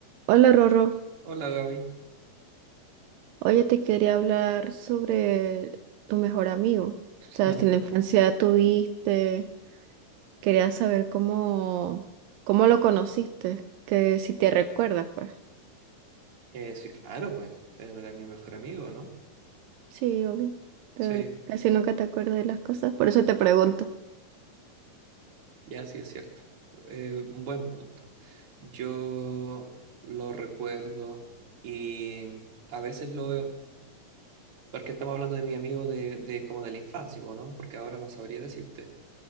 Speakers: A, on the right; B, on the right.
A: Hola Rorro,
B: Hola Gaby.
A: oye, te quería hablar sobre tu mejor amigo. O sea,
B: <laughs>
A: si en la infancia tuviste, quería saber cómo, cómo lo conociste, que si te recuerdas, pues.
B: Eh, sí, claro, pues. eh, Era mi mejor amigo, ¿no?
A: Sí, obvio, pero
B: Sí,
A: casi nunca te acuerdas de las cosas, por eso te pregunto.
B: ya sí es cierto. Eh, un buen punto. Yo lo recuerdo y a veces lo veo, porque estamos hablando de mi amigo de, de como de la infancia, po, ¿no? Porque ahora no sabría decirte.